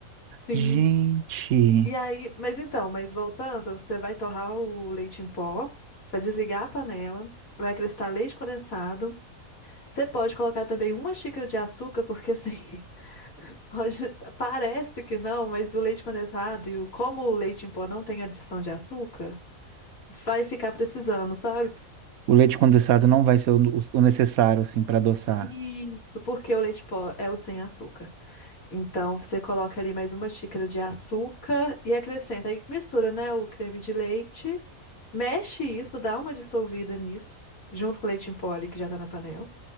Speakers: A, on the left; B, on the right.
A: Sim.
B: Gente,
A: E aí, mas então, mas voltando, você vai torrar o leite em pó, vai desligar a panela, vai acrescentar leite condensado. Você pode colocar também uma xícara de açúcar, porque assim, <laughs> pode, parece que não, mas o leite condensado e o, como o leite em pó não tem adição de açúcar, vai ficar precisando, sabe?
B: o leite condensado não vai ser o, o necessário, assim, para adoçar.
A: Isso, porque o leite em pó é o sem açúcar. Então, você coloca ali mais uma xícara de açúcar e acrescenta. Aí mistura, né, o creme de leite. Mexe isso, dá uma dissolvida nisso, junto com o leite em pó ali que já tá na panela.